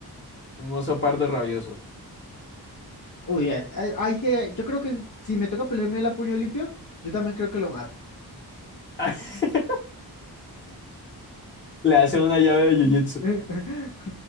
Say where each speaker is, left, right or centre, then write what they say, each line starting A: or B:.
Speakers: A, on the left; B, on the left.
A: un oso pardo rabioso.
B: uy, ya es- ahí ahí se- yo creo que si me toca pelearme el a puño limpio, yo también creo que lo mato.
A: <laughs> Le hace una llave de jiu-jitsu.
B: <laughs>